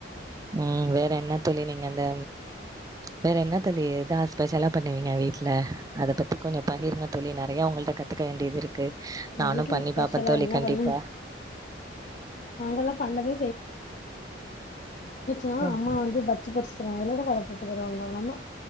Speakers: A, on the right; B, on the left.
A: உம் வேற வேற என்ன தோழி நீங்க அந்த வேற என்ன தோழி எதா ஸ்பெஷலா பண்ணுவீங்க வீட்ல அத பத்தி கொஞ்சம் பகிருங்க தோழி நறைய உங்கள்ட கத்துக்க வேண்டியது இருக்கு
B: நாங்க
A: நானு பண்ணி
B: ஸ்பெஷலா
A: பாப்ப தோழி
B: என்ன
A: கண்டிப்பா
B: பண்ண நாங்கல்லா பண்ணவே யா
A: ம்
B: அம்மா வந்து பஜ்ஜி பொரிச்சி தருவாங்க இல்லன்னா வட போட்டு தருவாங்க எங்கம்மா